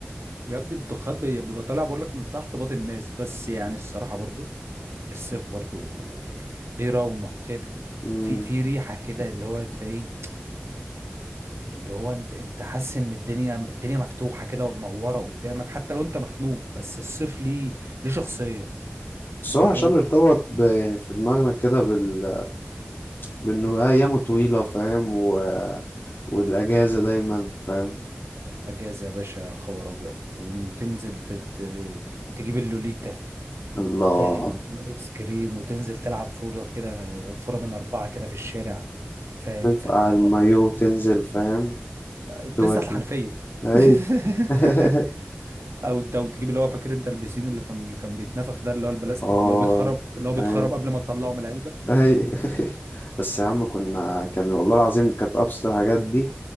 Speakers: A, on the right (about 80°); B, on the left (about 60°).
A: يا ابني الضخات بي- بيبقى طالع بقول لك من تحت باطن الناس بس يعني الصراحه برضو الصيف برضو ليه رونق كده
B: مم.
A: في في ريحه كده اللي هو انت ايه اللي هو انت انت حاسس ان الدنيا الدنيا مفتوحه كده ومنوره قدامك حتى لو انت مخنوق بس الصيف ليه ليه شخصيه
B: بس
A: فاهم
B: هو عشان ارتبط ب- يعني في دماغنا كده بال بأنه أيامه طويلة فاهم و... والأجازة دايما فاهم
A: اجازه يا باشا خبر ابيض وتنزل تت... تجيب اللوليتا
B: الله
A: فاهم والايس كريم وتنزل تلعب فوره كده فوره من اربعه كده في الشارع فاهم
B: ترفع
A: كانت
B: المايو
A: نار
B: تنزل فاهم
A: بتنزل
B: تودي
A: تحت الحنفيه
B: أي
A: <laughs>
B: <laughs>
A: او او تجيب اللي هو فاكر انت البسين اللي كان اللي كان بيتنفخ ده اللي هو البلاستيك
B: اه
A: اللي هو بيتخرم اللي هو بيتخرم
B: أي
A: قبل ما تطلعه من العلبه
B: أي <laughs> بس يا عم كنا كان والله العظيم كانت أبسط الحاجات دي